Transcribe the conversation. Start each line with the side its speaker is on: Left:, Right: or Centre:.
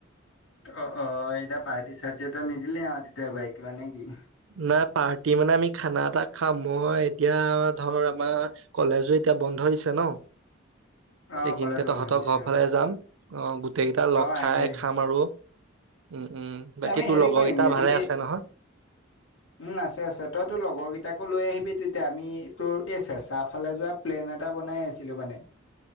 Left: অ অ এতিয়া পাৰ্টি-চাৰ্টি এটা নিদিলে আৰু তেতিয়া বাইক লোৱা নে কি?
Right: নাই পাৰ্টি মানে আমি খানা এটা খাম। মই এতিয়া ধৰ আমাৰ কলেজ উইক এতিয়া বন্ধ দিছে ন।
Left: অ
Right: এইখিনিতে
Left: কলেজ বন্ধ
Right: তহঁতৰ
Left: দিছে
Right: ঘৰৰ
Left: অ
Right: ফালে যাম, অহ গোটেই কেইটা লগ
Left: অ
Right: খাই
Left: আহিবি
Right: খাম আৰু। উম উম বাকী
Left: আমি
Right: তোৰ
Left: হেৰি
Right: লগৰকেইটা
Left: কৰিম এইটো
Right: ভালে
Left: কি
Right: আছে নহয়?
Left: উম আছে আছে। তই তোৰ লগৰ কেইটাকো লৈ আহিবি তেতিয়া আমি তোৰ এই চেচা ফালে যোৱা প্লেন এটা বনাই আছিলো মানে।